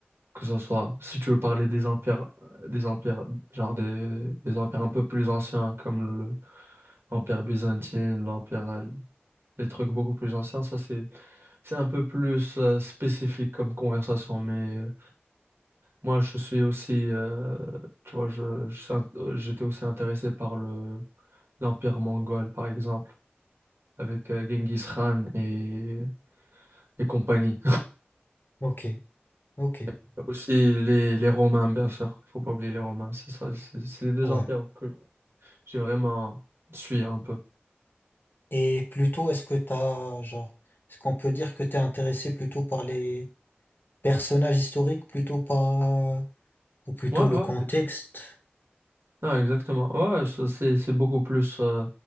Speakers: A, on the right; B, on the left.
A: Que ce soit, si tu veux parler des empires, des empires, genre des, des empires un peu plus anciens comme le Empire byzantin, l'empire, euh, les trucs beaucoup plus anciens, ça c'est c'est un peu plus euh, spécifique comme conversation. Mais euh, moi je suis aussi, euh, tu vois, je, je suis int- euh, j'étais aussi intéressé par le l'empire mongol par exemple, avec euh, Genghis Khan et et compagnie.
B: Ok, ok,
A: <laughs> Aussi les les Romains bien sûr, faut pas oublier les Romains. C'est ça, c'est c'est les deux
B: ouais.
A: empires que j'ai vraiment suivi un peu.
B: Et plutôt, est-ce que t'as genre, est-ce qu'on peut dire que t'es intéressé plutôt par les personnages historiques, plutôt par ou plutôt
A: Ouais ouais.
B: le contexte?
A: Non, exactement. Ouais, ça, c'est c'est beaucoup plus, euh,